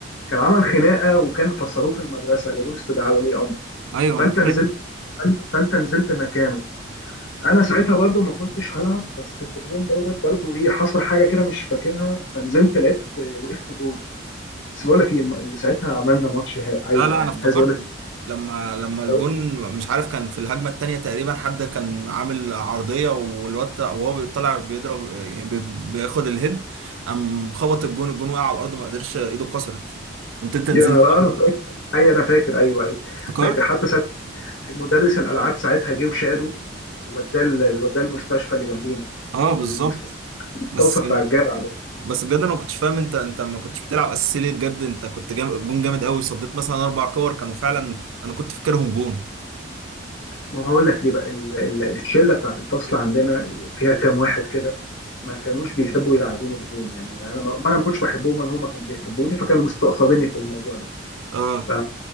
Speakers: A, on the left (about 65°); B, on the right (about 80°).
A: كان عمل خناقه وكان فصلوه في المدرسه جابوا له استدعاء ولي امر
B: ايوه
A: فانت
B: انا فاكر
A: نزلت فانت نزلت مكانه انا ساعتها برضو ما كنتش هلعب بس في اليوم دوت برضو ايه حصل حاجه كده مش فاكرها فنزلت لقيت آه، وقفت جول بس بقول لك ايه اللي ساعتها عملنا ماتش ه- عايله
B: لا لا
A: يعني
B: انا افتكرت
A: عايز اقول لك
B: لما لما الجون
A: إيه،
B: مش عارف كان في الهجمة التانية تقريبا حد كان عامل عرضية والواد بتاع- وهو طالع بيضرب يعني بي- بياخد الهيد قام خبط الجون الجون وقع على الأرض ما قدرش ايده اتكسرت قمت انت نزلت
A: يا نهار انا فاكر اي انا فاكر ايوه ايوه
B: افتكرت
A: فاكر حتى ساعتها المدرس الالعاب ساعتها جه وشاله ووداه ال- ووداه المستشفى اللي جنبينا
B: اه بالظبط
A: المستشفى التوصى
B: بس
A: بتاع
B: انت
A: الجامعه ده
B: بس بجد انا ما كنتش فاهم انت انت ما كنتش بتلعب اساسي ليه بجد انت كنت جام... جون جامد قوي صديت مثلا اربع كور كانوا فعلا انا كنت فاكرهم جون
A: ما هو هقول لك ليه بقى ال- ال- الشله بتاعت الفصل عندنا فيها كام واحد كده ما كانوش بيحبوا يلعبوني بجون يعني انا ما انا ما كنتش بحبهم ولا هم كانوا بيحبوني فكانوا مستقصديني في الموضوع ده
B: اه
A: ف-